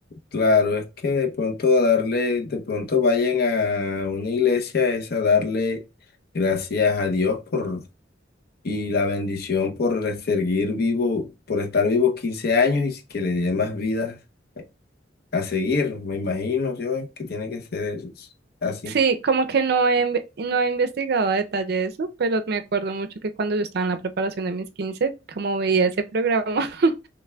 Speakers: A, on the left; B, on the right.
A: Claro, es que de pronto a darle, de pronto vayan a una iglesia es a darle gracias a Dios por y la bendición por seguir vivo, por estar vivos 15 años y que le dé más vidas a seguir. Me imagino yo eh, que tiene que ser es- así.
B: Sí, como que no he, inve- no he investigado a detalle eso, pero me acuerdo mucho que cuando yo estaba en la preparación de mis 15 como veía ese programa, <laughs>